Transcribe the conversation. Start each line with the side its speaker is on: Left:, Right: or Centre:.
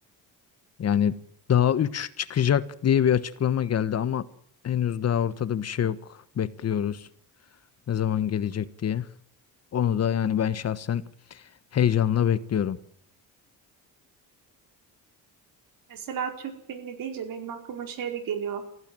Left: Yani daha 3 çıkacak diye bir açıklama geldi ama henüz daha ortada bir şey yok. Bekliyoruz ne zaman gelecek diye. Onu da yani ben şahsen heyecanla bekliyorum.
Right: Mesela Türk filmi deyince benim aklıma şey de geliyor.